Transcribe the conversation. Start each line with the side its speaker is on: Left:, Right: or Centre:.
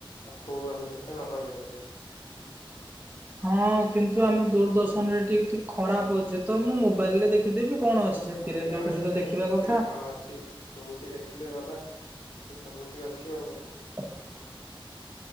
Left: ପାଖକୁ ଗଲେ କେତେ ନଗଲେ କେତେ।
Right: <inaudible> ହଁ କିନ୍ତୁ ଆମ ଦୂରଦର୍ଶନ ରେ ଟିକେ ଟିକେ ଖରାପ ଅଛି ତ ମୁଁ ମୋବାଇଲି ରେ ଦେଖିଦେବି। କଣ ଅଛି ସେ ଥିରେ
Left: ଆଜ୍ଞା
Right: ଯୋଉଥିରେ
Left: ଆଜ୍ଞା
Right: ତ ଦେଖିବା
Left: ଆଜ୍ଞା ସେଥିରେ
Right: କଥା।
Left: କଣ ଅଛି ଯୋଉଠି ଦେଖିଲେ ଗଲା ସେ ସବୁ ଠି ଅଛି ଆଉ।
Right: <inaudible>